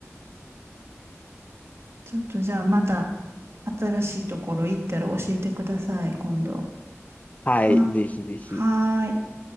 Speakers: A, on the right (about 60°); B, on the left (about 30°).
A: ちょっとじゃあまた新しいところ行ったら教えてください、今度。
B: はい、
A: は、
B: ぜひぜひ。
A: はーい。